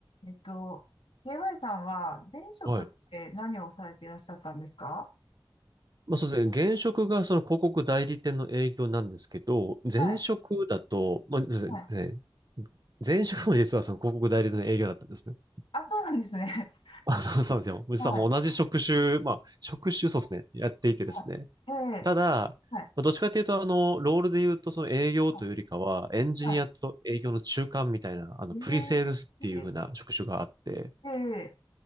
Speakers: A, on the left (about 85°); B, on the right (about 50°).
A: えっと、KY さんは前職って何をされていらっしゃったんですか
B: はい。まあそうですね。現職がその広告代理店の営業なんですけど、前職だと、
A: はい。
B: まあ、そうですね。
A: はい。
B: 前職も実はその広告代理店の営業だったんですね。<laughs>
A: あ、そうなんですね。<laughs>
B: あの、そうなんですよ。実はもう同じ職種、
A: はい。
B: まあ、職種そうですね。やっていてですね。
A: はい。ええ、
B: ただ、まあ、
A: はい。
B: どっちかというと、あの、ロールで言うと、その営業というよりかは、
A: はい。
B: エンジニアと営業の中間みたいな、
A: はい。
B: あの、
A: え
B: プリセールスっていう風な職種があって、
A: え、ええ、